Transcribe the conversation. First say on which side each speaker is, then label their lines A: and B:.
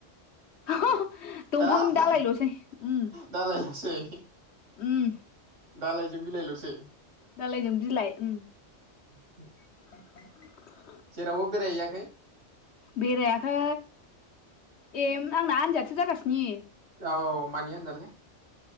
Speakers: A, on the left; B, on the right.
A: <unintelligible> दंफांनि
B: हा
A: दालायल'सै उम
B: दालायल'सै
A: उम।
B: दालाइजों बिलाइल'सै?
A: दालायजों बिलाइ उम।
B: <inaudible>
A: <inaudible>
B: जेरावबो बेराय हैयाखै?
A: बेरायाखै ए आंना <unintelligible> जागासिनि
B: औ मानि आनदारलै?